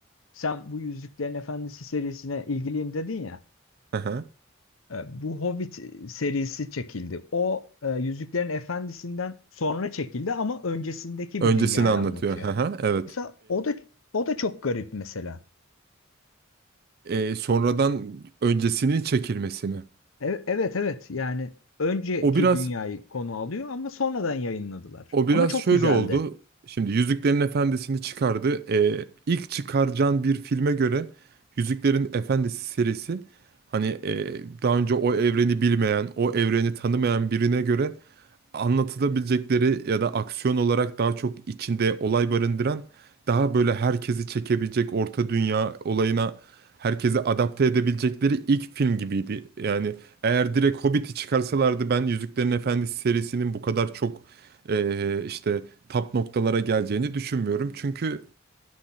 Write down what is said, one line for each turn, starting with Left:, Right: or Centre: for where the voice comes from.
Left: sen bu Yüzüklerin Efendisi serisine ilgiliyim dedin ya.
Right: Aha.
Left: Ee, bu Hobbit serisi çekildi. O e, Yüzüklerin Efendisi'nden sonra çekildi ama öncesindeki
Right: Öncesini
Left: bir dünyayı
Right: anlatıyor.
Left: anlatıyor.
Right: Aha, evet.
Left: Mesela o da o da çok garip mesela.
Right: e, sonradan öncesinin çekilmesini.
Left: E- evet evet yani önceki
Right: O biraz
Left: dünyayı konu alıyor ama sonradan yayınladılar.
Right: o
Left: Ama
Right: biraz
Left: çok
Right: şöyle
Left: güzeldi.
Right: oldu. Şimdi Yüzüklerin Efendisi'ni çıkardı. E, ilk çıkaracağın bir filme göre Yüzüklerin Efendisi serisi hani e, daha önce o evreni bilmeyen, o evreni tanımayan birine göre anlatılabilecekleri ya da aksiyon olarak daha çok içinde olay barındıran daha böyle herkesi çekebilecek orta dünya olayına herkesi adapte edebilecekleri ilk film gibiydi. Yani eğer direkt Hobbit'i çıkarsalardı ben Yüzüklerin Efendisi serisinin bu kadar çok eee, işte tap noktalara geleceğini düşünmüyorum. Çünkü